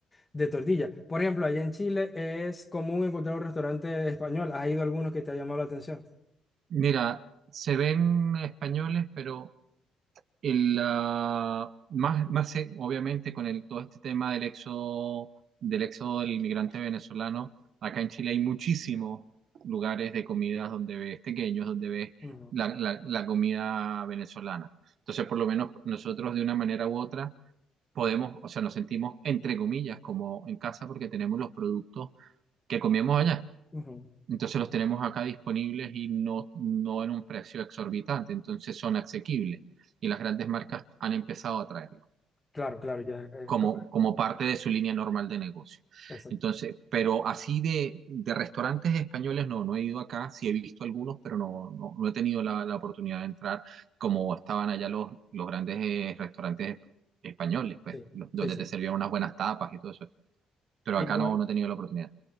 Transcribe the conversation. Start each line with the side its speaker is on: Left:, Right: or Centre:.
Left: de tortilla. Por ejemplo, allá en Chile es común encontrar un restaurante español. ¿Has ido a algunos que te ha llamado la atención?
Right: Mira, se ven españoles, pero El, ah, más, más eh, obviamente con el, todo este tema del éxodo, del éxodo del inmigrante venezolano, acá en Chile hay muchísimos lugares de comidas donde ves pequeños, donde ves
Left: Ujú,
Right: la, la- la comida venezolana. Entonces, por lo menos nosotros de una manera u otra podemos, o sea, nos sentimos entre comillas como en casa porque tenemos los productos que comemos allá.
Left: ujú.
Right: Entonces los tenemos acá disponibles y no, no en un precio exorbitante, entonces son asequibles y las grandes marcas han empezado a traerlos
Left: Claro, claro, ya. eh,
Right: como,
Left: corre-
Right: como parte de su línea normal de negocio.
Left: eso,
Right: Entonces, pero así de, de restaurantes españoles no, no he ido acá, sí he visto algunos, pero no, no, no he tenido la, la oportunidad de entrar como estaban allá los, los grandes eh, restaurantes esp- españoles, pues,
Left: Sí,
Right: los- donde
Left: sí, sí.
Right: te servían unas buenas tapas y todo eso. Pero
Left: Igual,
Right: acá no, no he tenido la oportunidad.